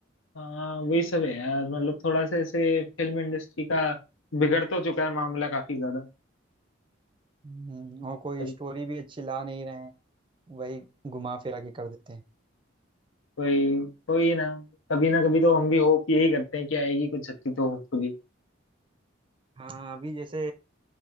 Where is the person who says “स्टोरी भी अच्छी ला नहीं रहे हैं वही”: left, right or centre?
Right